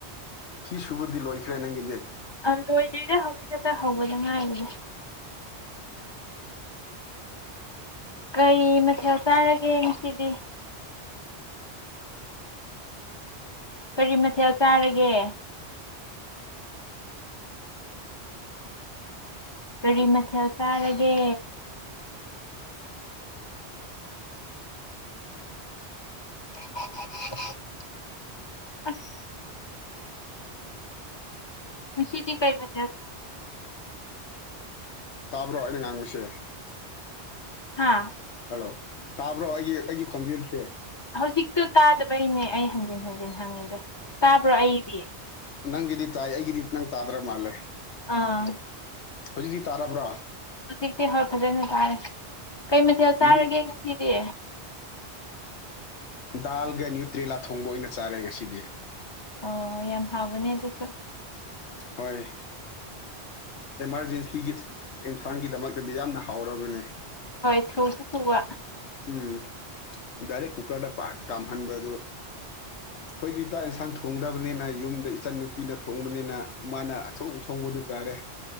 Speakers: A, on the left; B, on the left.
A: ꯐꯤ ꯁꯨꯕꯗꯤ ꯂꯣꯏꯈ꯭ꯔꯦ ꯅꯪꯒꯤꯗꯤ
B: ꯑ ꯂꯣꯏꯗꯣꯏꯗ ꯍꯧꯖꯤꯛ ꯈꯛꯇ ꯍꯧꯕꯗ ꯉꯥꯏꯔꯤꯅꯦ ꯀꯩ ꯃꯊꯦꯜ ꯆꯥꯔꯒꯦ ꯁꯤꯗꯤ ꯀꯔꯤ ꯃꯊꯦꯜ ꯆꯥꯔꯒꯦ ꯀꯔꯤ ꯃꯊꯦꯜ ꯆꯥꯔꯒꯦ <unintelligible> ꯑꯁ ꯁꯤꯗꯤ ꯀꯩ ꯃꯦꯦ
A: ꯇꯥꯕ꯭ꯔꯣ ꯑꯩꯅ ꯉꯥꯡꯕꯁꯦ
B: ꯍꯥꯥ
A: ꯍꯜꯂꯣ ꯇꯥꯕ꯭ꯔꯣ ꯑꯩꯒꯤ ꯑꯩꯒꯤ ꯈꯣꯟꯖꯦꯜꯁꯦ
B: ꯍꯧꯖꯤꯛꯇꯣ ꯇꯥꯗꯕꯩꯅꯦ ꯑꯩ ꯍꯟꯖꯤꯟ ꯍꯟꯖꯤꯟ ꯍꯪꯉꯤꯗꯣ ꯇꯥꯕ꯭ꯔꯣ ꯑꯩꯗꯤ
A: ꯅꯪꯒꯤꯗꯤ ꯇꯥꯏ ꯑꯩꯒꯤꯗꯤ ꯅꯪ ꯇꯥꯗ꯭ꯔ ꯃꯥꯜꯂꯦ
B: ꯑꯥ
A: ꯍꯧꯖꯤꯛꯇꯤ ꯇꯥꯔꯕ꯭ꯔꯥ
B: ꯍꯧꯖꯤꯛꯇꯤ ꯍꯣꯏ ꯐꯖꯅ ꯇꯥꯔꯦ ꯀꯩ ꯃꯊꯦꯜ ꯆꯥꯔꯒꯦ
A: ꯃ꯭ꯌꯨꯠ
B: ꯉꯁꯤꯗꯤ
A: ꯗꯥꯜꯒ ꯅ꯭ꯌꯨꯇ꯭ꯔꯔꯤ ꯂꯥꯊꯣꯡꯕ ꯑꯣꯏꯅ ꯆꯥꯔꯦ ꯉꯁꯤꯗꯤ
B: ꯑꯣ ꯌꯥꯝ ꯍꯥꯎꯕꯅꯦ ꯑꯗꯨꯁꯨ
A: ꯍꯣꯏ ꯑꯦꯃꯥꯔꯖꯦꯟꯁꯤꯒꯤ ꯏꯟꯁꯥꯡꯒꯤꯗꯃꯛ ꯑꯗꯨꯗꯤ ꯌꯥꯝꯅ ꯍꯥꯎꯔꯕꯅꯤ
B: ꯍꯣꯏ ꯊꯨꯁꯨ ꯊꯨꯕ
A: ꯎꯝ ꯗꯥꯏꯔꯦꯛ ꯀꯨꯀꯔꯗ ꯄꯠ ꯀꯥꯝꯍꯟꯕꯗꯨ ꯑꯩꯈꯣꯏꯗꯤ ꯆꯥꯛ ꯏꯟꯁꯥꯡ ꯊꯣꯡꯗꯕꯅꯤꯅ ꯌꯨꯝꯗ ꯏꯆꯟ ꯅꯨꯄꯤꯅ ꯊꯣꯡꯕꯅꯤꯅ ꯃꯥꯅ ꯑꯊꯣꯡ ꯑ ꯊꯣꯡꯕꯗꯨ ꯇꯥꯔꯦ